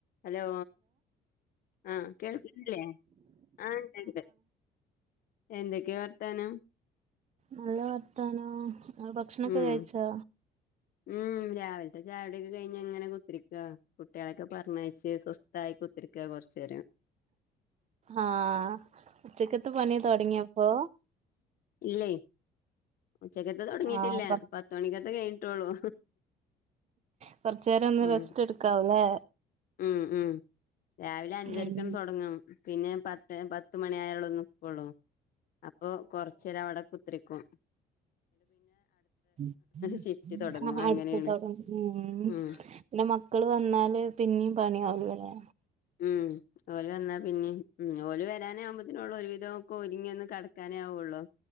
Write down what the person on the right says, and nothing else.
നല്ല വർത്താനോം ങ്ങള് ഭക്ഷണൊക്കെ
കഴിച്ചാ
ആഹ് ഉച്ചക്കത്തെ പണി തൊടങ്ങിയപ്പൊ
ആഹ് കൊ
കൊറച്ചേരം ഒന്ന്
റെസ്റ്റ് എടുക്കാവുല്ലേ
ഉം
<unintelligible>
അപ്പൊ
അടുപ്പത്താവും <unintelligible>
പിന്നെ മക്കള് വന്നാല് പിന്നിം പണിയാവോലോ